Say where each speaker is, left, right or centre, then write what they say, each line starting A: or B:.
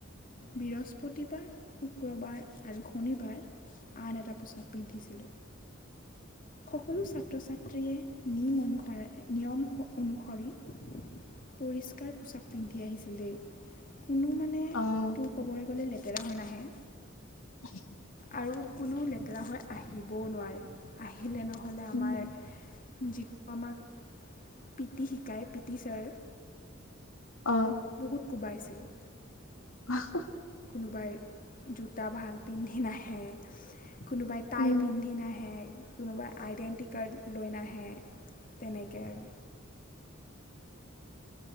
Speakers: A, on the left (about 45°); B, on the left (about 80°).
A: বৃহস্পতিবাৰ, শুক্ৰবাৰ আৰু শনিবাৰ আন এটা পোছাক পিন্ধিছিলোঁ। সকলো ছাত্ৰ ছাত্ৰীয়ে নিম অনুস নিয়ম অনুসৰি পৰিষ্কাৰ পোছাক পিন্ধি আহিছিল দেই। কোনো মানে,
B: অ',
A: তোৰ খবৰে গ'লে লে তেৰা হৈ নাহে
B: <inaudible>
A: আৰু কোনো লেতেৰা হৈ আহিবও নোৱাৰে। আহি আহিলে নহ'লে আমাৰ
B: উম।
A: যিটো আমাক পিটি শিকায় পিটি ছাৰ।
B: অ',
A: বহুত কোবাইছে <inaudible>
B: <inaudible>
A: কোনোবাই জোতা ভাল পিন্ধি নাহে। কোনোবাই টাই
B: উম,
A: পিন্ধি নাহে। কোনোবাই আইডেণ্টি কাৰ্ড লৈ নাহে। তেনেকৈ আৰু